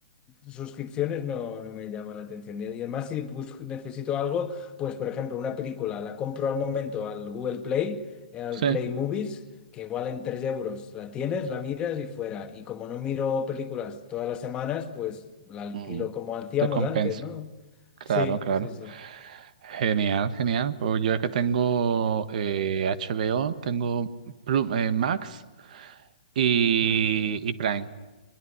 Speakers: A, on the left (about 20°); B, on the right (about 55°).
A: Suscripciones no, no me llama la atención. Y además, si busco- necesito algo, pues por ejemplo, una película, la compro al momento al Google Play, eh, al
B: sí.
A: Play Movies, que igual en 3 euros la tienes, la miras y fuera. Y como no miro películas todas las semanas, pues la alquilo
B: Mm.
A: como hacíamos
B: Te compensa.
A: antes, ¿no?
B: Claro,
A: Sí,
B: claro.
A: sí, sí.
B: Genial,
A: Mm.
B: genial. Pues yo es que tengo eh, HBO, tengo Plu- eh, Max y,
A: Mm.
B: y Prime.